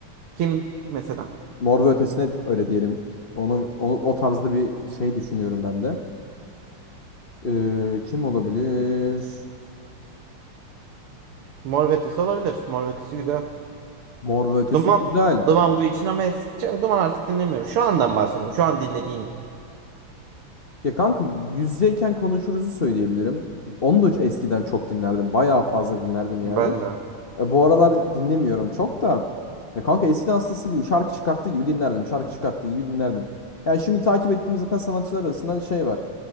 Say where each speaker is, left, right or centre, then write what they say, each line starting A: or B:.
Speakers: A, on the right; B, on the left.
A: Kim mesela?
B: Mor ve Ötesi'ne öyle diyelim. Onu, o, o tarzda bir şey düşünüyorum ben de. Ee, kim olabilir?
A: Mor ve Ötesi olabilir. Mor ve Ötesi güzel.
B: Mor ve Ötesi
A: Duman,
B: güzel.
A: Duman bu için ama eskiden Duman artık dinlemiyorum. Şu andan bahsediyorum. Şu an dinlediğin.
B: Ya kanka yüzdeyken konuşuruzu söyleyebilirim. Onu da eskiden çok dinlerdim. Bayağı fazla dinlerdim
A: Ben
B: yani.
A: de.
B: E, bu aralar dinlemiyorum çok da. Ya kanka eskiden hastasıydım. Şarkı çıkarttığı gibi dinlerdim. Şarkı çıkarttığı gibi dinlerdim. Yani şimdi takip ettiğimiz zaten sanatçılar arasından şey var.